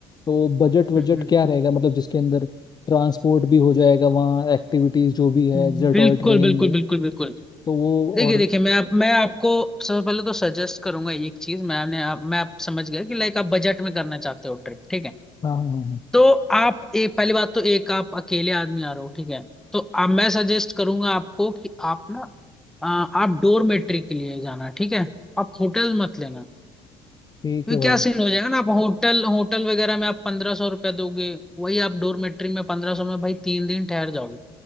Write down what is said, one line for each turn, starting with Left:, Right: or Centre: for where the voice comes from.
Left: तो बजट बजट
Centre: हम्म, हम्म,
Left: क्या रहेगा मतलब जिसके अंदर ट्रांसपोर्ट भी हो जाएगा वहाँ एक्टिविटीज जो भी है
Centre: हम्म।
Left: जैसे
Centre: बिल्कुल
Left: टॉय ट्रेन
Centre: बिल्कुल
Left: ये
Centre: बिल्कुल बिल्कुल
Left: तो वो
Centre: देखिए
Left: और
Centre: देखिए मैं आप मैं आपको सबसे पहले तो सजेस्ट करूंगा एक चीज मैंने आप मैं आप समझ गया कि लाइक आप बजट में करना चाहते हो ट्रिप ठीक है
Left: हाँ हाँ हाँ हाँ,
Centre: तो आप एक पहली बात तो एक आप अकेले आदमी आ रहे हो ठीक है तो आप मैं सजेस्ट करूंगा आपको कि आप ना आ, आप डोरमेट्री के लिए जाना ठीक है आप होटल मत लेना
Left: ठीक
Centre: क्योंकि
Left: है
Centre: क्या
Left: भाई
Centre: सीन हो जाएगा ना आप होटल होटल वगैरह में आप पंद्रह सौ रुपया दोगे वही आप डोरमेट्री में पंद्रह सौ में भाई तीन दिन ठहर जाओगे